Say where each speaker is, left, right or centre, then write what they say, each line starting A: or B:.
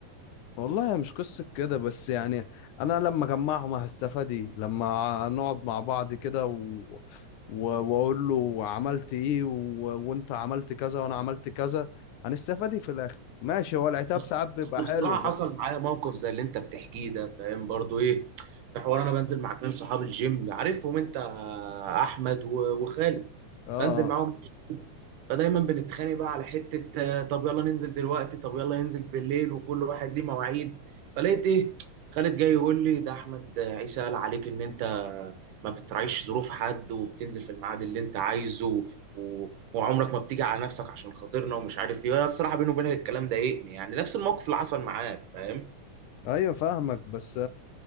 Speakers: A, on the left (about 80°); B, on the right (about 85°).
A: والله هي مش قصة كده بس يعني أنا لما أجمعهم هستفاد إيه؟ لما نقعد مع بعض كده و... و... وأقول له عملت إيه و... وأنت عملت كذا وأنا عملت كذا هنستفاد إيه في الآخر؟ ماشي هو العتاب
B: بس
A: ساعات بيبقى
B: بصراحة
A: حلو بس
B: حصل معايا موقف زي اللي انت بتحكيه ده فاهم برضو ايه في حوار انا بنزل مع اتنين صحاب الجيم عارفهم انت احمد و- وخالد
A: آه
B: بنزل
A: آه
B: معاهم فدايما بنتخانق بقى على حتة آه، طب يلا ننزل دلوقتي طب يلا ننزل بالليل وكل واحد ليه مواعيد فلقيت ايه خالد جاي يقول لي ده احمد آه، عيسى قال عليك ان انت ما بتراعيش ظروف حد وبتنزل في الميعاد اللي انت عايزه و... وعمرك ما بتيجي على نفسك عشان خاطرنا ومش عارف ايه أنا الصراحة بيني وبينك الكلام ضايقني يعني نفس الموقف اللي حصل معاك فاهم
A: أيوه فاهمك بس